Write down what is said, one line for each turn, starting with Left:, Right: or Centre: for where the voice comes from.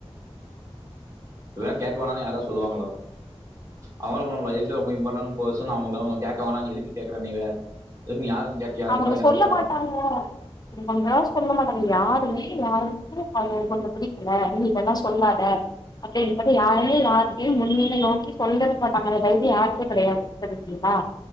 Right: வே கேக்க வேணான்னு யாரவது சொல்லுவாங்களா அவங்களா நம்ம லைஃப்ல ரொம்ப இம்பார்ட்ண்ட் பேர்சன் அவுங்கல அவங்க கேட்க வேணானு எதக்கு கேட்கிறாய் நீ வே ஸ்ட் யாரு நீ கேட்க யாருங்களா
Left: அவங்க
Right: யாரை
Left: சொல்ல
Right: கேட்பாங்க
Left: மாட்டாங்க இப்பிடி பண்றா சொல்ல மாட்டாங்க யாருமே யாருக்கு பைய உன்ன பிடிக்கல நீவேணா சொல்லாத அப்பின்றது யாருமே யாருக்கயே முன்னில நோக்கி சொல்லவே மாட்டாங்க அந்த வைதிய யார் த்தே கெடையாது தெரிஞ்ங்களா